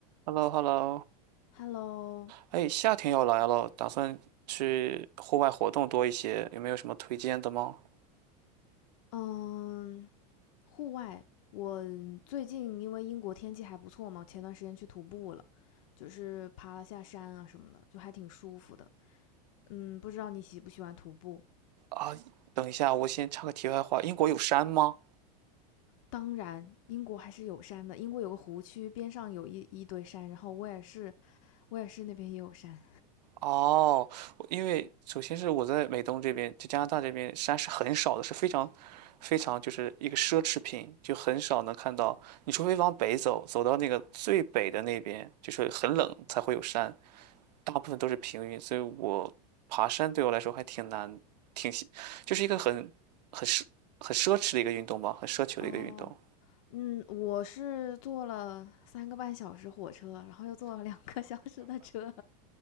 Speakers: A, on the right (about 85°); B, on the left (about 55°).
A: h e l l o h e l l o
B: Hello，
A: 哎，夏天要来了，打算去户外活动多一些，有没有什么推荐的吗？
B: 嗯，户外，我最近因为英国天气还不错嘛，前段时间去徒步了，就是爬了下山啊什么的，就还挺舒服的。嗯，不知道你喜不喜欢徒步？
A: 啊，等一下，我先插个题外话，英国有山吗？
B: 当然，英国还是有山的，英国有个湖区，边上有一一堆山，然后威尔士，威尔士那边也有山。
A: 哦，我因为首先是我在美东这边，就加拿大这边山是很少的，是非常非常就是一个奢侈品，就很少能看到。你除非往北走，走到那个最北的那边，就是很冷才会有山，大部分都是平原，所以我爬山对我来说还挺难，挺喜就是一个很很奢很奢侈的一个运动吧，很奢求的一个运动。
B: 哦，嗯，我是坐了三个半小时火车，然后又坐了两个小时的车。